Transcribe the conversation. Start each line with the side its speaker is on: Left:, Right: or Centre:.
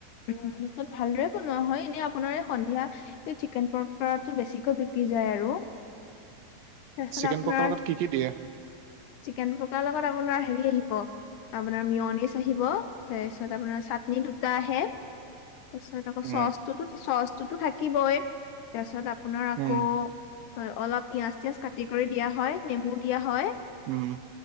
Left: উম, তাৰপাছত ভালদৰে বনোৱা হয়, এনে আপোনাৰ এই সন্ধিয়া চিকেন পকৰাটো বেছিকৈ বিক্ৰী যায় আৰু।
Right: <inaudible>
Left: তাৰপিছত
Right: চিকেন
Left: আপোনাৰ
Right: পকাৰ লগত কি কি দিয়ে?
Left: চিকেন পকাৰ লগত আপোনাৰ হেৰি আহিব। আপোনাৰ মিয়নিছ আহিব, তাৰ পিছত আপোনাৰ চাটনি দুটা আহে। তাৰপিছত আকৌ
Right: উম,
Left: চচটোতো- চচটোতো থাকিবই। তাৰপিছত আপোনাৰ আকৌ
Right: উম,
Left: হয়, অলপ পিয়াঁজ-চিয়াঁজ কাটি কৰি দিয়া হয়, নেমু দিয়া হয়।
Right: উম,